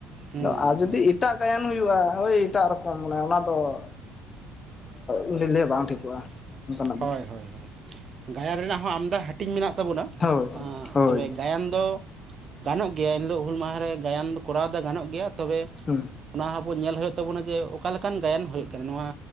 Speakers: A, on the right (about 35°); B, on the left (about 25°).
A: ᱦᱩᱸ
B: ᱟᱨ ᱡᱩᱫᱤ ᱮᱴᱟᱜ ᱜᱟᱭᱟᱱ ᱦᱩᱭᱩᱜᱼᱟ ᱦᱳᱭ ᱮᱴᱟᱜ ᱨᱚᱠᱚᱢ ᱢᱟᱱᱮ ᱚᱱᱟ ᱫᱚ
A: ᱚᱱᱟ
B: ᱤᱧ
A: ᱫᱚ
B: ᱫᱩᱧ ᱞᱟᱹᱭᱟ ᱴᱷᱤᱠᱚᱜᱼᱟ
A: ᱵᱟᱝ ᱦᱩᱭᱩᱜᱼᱟ
B: ᱚᱱᱠᱟᱱᱟᱜ
A: ᱦᱳᱭ
B: ᱫᱚ
A: ᱦᱳᱭ ᱜᱟᱭᱟᱱ ᱨᱮᱱᱟᱜ ᱦᱚᱸ ᱟᱢᱫᱟ ᱦᱟᱹᱴᱤᱧ ᱢᱮᱱᱟᱜ ᱛᱟᱵᱚᱱᱟ
B: ᱦᱳᱭ ᱦᱳᱭ
A: ᱛᱚᱵᱮ ᱜᱟᱭᱟᱱ ᱫᱚ ᱜᱟᱱᱚᱜ ᱜᱮᱭᱟ ᱮᱱ ᱦᱤᱞᱳᱜ ᱦᱩᱞ ᱢᱟᱦᱟ ᱨᱮ ᱜᱟᱭᱟᱱ ᱠᱚᱨᱟᱣ ᱫᱚ ᱜᱟᱱᱚᱜ ᱜᱮᱭᱟ ᱛᱚᱵᱮ
B: ᱦᱮᱸ
A: ᱚᱱᱟ ᱟᱵᱚ ᱧᱮᱞ ᱦᱩᱭᱩᱜ ᱛᱟᱵᱚᱱᱟ ᱡᱮ ᱚᱠᱟ ᱞᱮᱠᱟᱱ ᱜᱟᱭᱟᱱ ᱦᱩᱭᱩᱜ ᱠᱟᱱᱟ ᱱᱚᱣᱟ